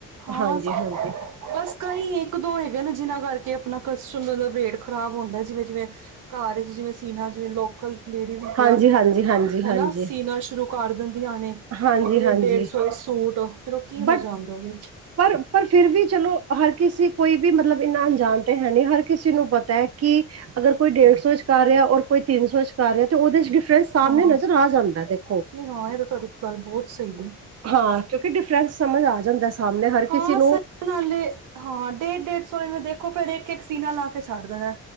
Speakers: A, on the right; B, on the right.
A: ਹਾਂ
B: ਹਾਂਜੀ ਹਾਂਜੀ
A: ਬਸ ਕਈ ਇੱਕ ਦੋ ਹੈਗੇ ਨਾ ਜਿਨਾਂ ਕੋਲ ਕਰਕੇ ਆਪਣਾ ਕਸਟਮ ਮਤਲਬ ਰੇਟ ਖ਼ਰਾਬ ਹੁੰਦਾ ਜਿਵੇਂ- ਜਿਵੇਂ ਘਰ 'ਚ ਜਿਵੇਂ ਸੀਨਾ ਜਿਵੇਂ ਲੋਕਲ ਨੇੜਮ
B: ਹਾਂਜੀ ਹਾਂਜੀ ਹਾਂਜੀ
A: ਹਨਾ
B: ਹਾਂਜੀ
A: ਸੀਨਾ <unintelligible> ਸ਼ੁਰੂ ਕਰ ਦਿੰਦੀਆਂ ਨੇ,
B: ਹਾਂਜੀ
A: ਫੇਰ
B: ਹਾਂਜੀ
A: ਡੇਢ ਸੌ ਸੂਟ, ਫੇਰ ਉਹ ਕੀ ਮਜ਼ਾ
B: ਬਟ
A: ਆਉਂਦਾ ਉਹਦੇ
B: ਪਰ, ਪਰ ਫਿਰ ਵੀ ਚਲੋ ਹਰ ਕਿਸੇ ਕੋਈ ਵੀ ਮਤਲਬ ਇੰਨਾ ਅਣਜਾਣ ਤੇ ਹੈ ਨਹੀ ਹਰ ਕਿਸੇ ਨੂੰ ਪਤਾ ਹੈ ਕਿ, ਅਗਰ ਕੋਈ ਡੇਢ ਸੌ 'ਚ ਕਰ ਰਿਹਾ ਔਰ ਕੋਈ ਤਿੰਨ ਸੌ 'ਚ ਕਰ ਰਿਹਾ, ਤੇ ਉਹਦੇ 'ਚ ਡਿ ਫਿਰ ਸਾਹਮਣੇ
A: ਹਾਂ
B: ਨਜ਼ਰ ਆ ਜਾਂਦਾ ਦੇਖੋ
A: ਨਹੀਂ ਹਾਂ ਇਹ ਤਾਂ ਤੁਹਾਡੀ ਗੱਲ ਬਹੁਤ ਸਹੀ ਹੈ
B: ਹਾਂ ਕਿਉਂਕਿ ਡਿਫਰੈਂਸ ਸਮਝ ਆ ਜਾਂਦਾ ਸਾਹਮਣੇ ਹਰ
A: ਹਾਂ
B: ਕਿਸੇ ਨੂੰ
A: ਸ ਨਾਲੇ ਹਾਂ ਡੇਢ ਡੇਢ ਸੌ ਰ ਦੇਖੋ ਫੇਿਰ ਇੱਕ ਇੱਕ ਸੀਨਾ ਲਾ ਕੇ ਛੱਡ ਦੇਣਾ